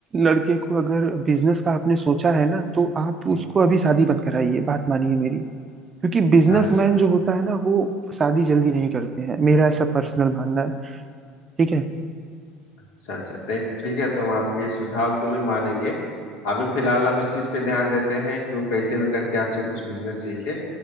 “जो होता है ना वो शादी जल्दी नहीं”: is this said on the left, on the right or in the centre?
Right